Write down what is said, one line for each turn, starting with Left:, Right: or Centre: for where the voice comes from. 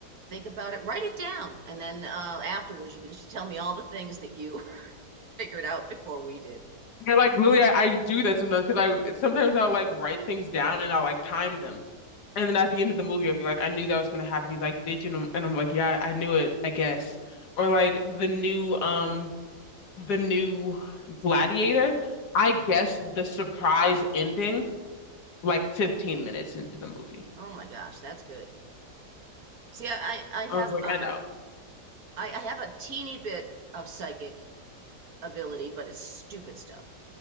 Right: think about it, write it down, and then uh, afterwards you can just tell me all the things that you <laughs> figured out before we did.
Left: Yeah, like literally, I, I do that sometimes because I sometimes I'll like write things down and I'll like time them, and then at the end of the movie I'll be like, I knew that was gonna happen. He's like, did you? And I'm, and I'm like, yeah, I knew it, I guess. Or like the new um the new Gladiator, I guess the surprise ending like 15 minutes into the movie.
Right: Oh my gosh, that's good. See, I I I have
Left: I was like,
Right: um
Left: I know.
Right: I, I have a teeny bit of psychic ability, but it's stupid stuff.